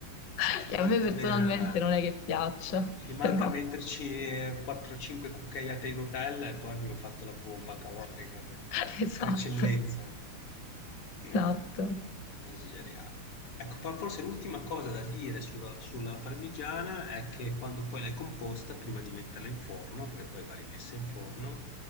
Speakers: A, on the left; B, on the left.
A: <laughs>
B: Ci
A: che
B: manca
A: a me personalmente
B: meno, guarda.
A: non è che piaccia,
B: Ci manca
A: però
B: metterci eh, 4-5 cucchiaiate di Nutella e poi abbiamo fatto la bomba calorica per,
A: <laughs> esatto,
B: per eccellenza. Eh,
A: esatto.
B: non esageriamo. Ecco, poi forse l'ultima cosa da dire sulla, sulla parmigiana è che quando poi l'hai composta, prima di metterla in forno, perché poi va rimessa in forno,